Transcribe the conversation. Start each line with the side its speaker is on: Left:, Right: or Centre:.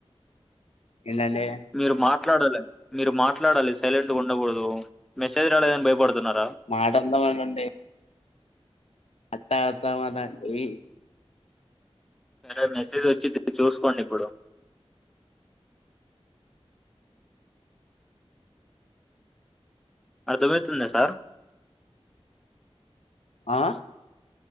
Left: ఎంటంటే
Centre: మీరు మాట్లాడాలి మీరు మాట్లాడాలి సైలెంట్ గా ఉండకూడదు మెసేజ్ రాలేదని భయపడుతున్నార
Left: మాట <unintelligible> అండి <unintelligible> ఈ
Centre: సరే మెసేజ్ వచ్చింది చూసుకోండి ఇప్పుడు అర్ధమవుతుంద సార్
Left: ఆ